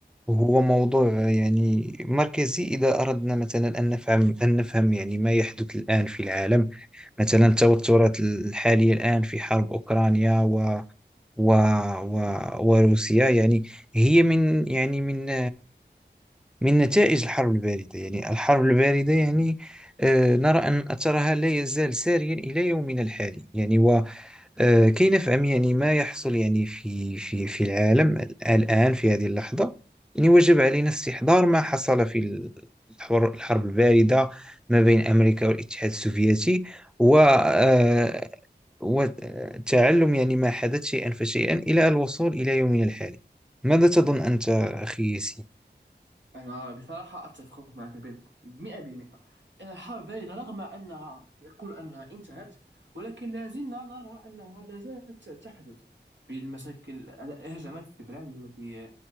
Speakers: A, in the centre; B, on the right.
A: هو موضوع يعني مركزي إذا أردنا مثلا أن نفهم أن نفهم يعني ما يحدث الآن في العالم مثلا التوترات الحالية الآن في حرب أوكرانيا و و و وروسيا يعني هي من يعني من من نتائج الحرب الباردة يعني الحرب الباردة يعني آه، نرى أن أثرها لا يزال ساريا إلى يومنا الحالي يعني وكي نفهم يعني ما يحصل يعني في في في العالم الآن في هذه اللحظة يعني وجب علينا استحضار ما حصل في ال- الحر- الحرب الباردة ما بين أمريكا والاتحاد السوفيتي و آه، وتعلم يعني ما حدث شيئا فشيئا إلى الوصول إلى يومنا الحالي ماذا تظن أنت أخي ياسين؟
B: أنا بصراحة أتفق معك بال- مئة بالمئة إن الحرب باردة رغم أنها يقول أنها انتهت ولكن لا زلنا نرى أنها لا زالت تحدث بالمشاكل الهجمات السبرانية التي